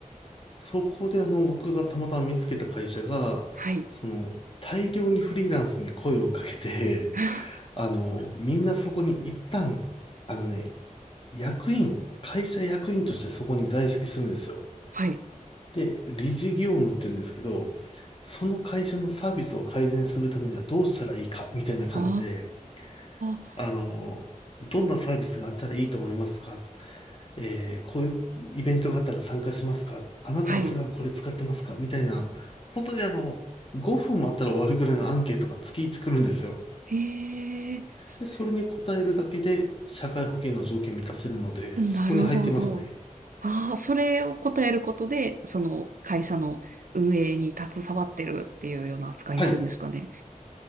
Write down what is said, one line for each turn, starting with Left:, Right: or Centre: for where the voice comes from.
Left: そこであの、僕がたまたま見つけた会社が、
Right: はい。
Left: その、大量にフリーランスに声をかけて、
Right: <laughs>
Left: あの、みんなそこに一旦、あのね、役員、会社役員としてそこに在籍するんですよ。
Right: はい。
Left: で、理事業務って言うんですけど、その会社のサービスを改善するためにはどうしたらいいか、みたいな感じで、
Right: ああ。
Left: あの、どんなサービスがあったらいいと思いますかえーこういうイベントがあったら参加しますかあなたは普段これ使ってますかみたいな、
Right: はい。
Left: 本当にあの、5分もあったら終わるぐらいのアンケートが月1来るんですよ。
Right: へえ、す
Left: で、それに答えるだけで社会保険の条件満たせるので、
Right: なるほど。
Left: そこに入ってますね。
Right: ああ、それを答えることで、その会社の運営に携わってるっていうような扱いになるんですかね。
Left: はい。